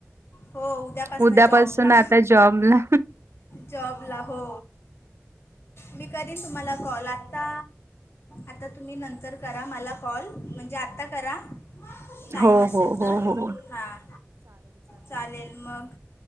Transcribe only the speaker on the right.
उद्यापासून
आता जॉबला.
हो
हो
हो हो